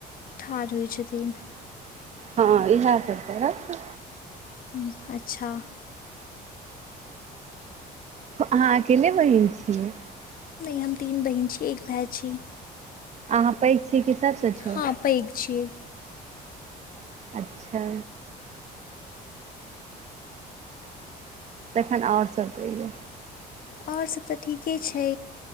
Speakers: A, on the left (about 55°); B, on the right (about 40°).
A: ठार होइ छथिन।
B: हँ इहे सब करत।
A: हुं अच्छा।
B: अहाँ अकेले बहीन छिय।
A: नइ हम तीन बहिन छी एक भे छी।
B: अहाँ पैघ छी कि सभसँ छोट।
A: हँ पैघ छीय।
B: अच्छा। तखन और सब कहियो।
A: और सब तऽ ठीके छै